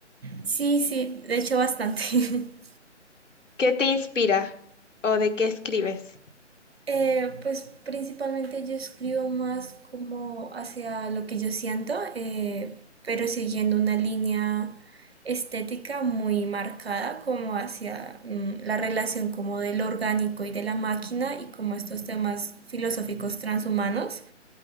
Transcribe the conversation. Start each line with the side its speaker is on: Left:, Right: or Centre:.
Right: Sí, sí, de hecho bastante. <laughs>
Left: ¿Qué te inspira o de qué escribes?
Right: Eh, pues principalmente yo escribo más como hacia lo que yo siento, eh, pero siguiendo una línea estética muy marcada como hacia mm, la relación como del orgánico y de la máquina y como estos temas filosóficos transhumanos.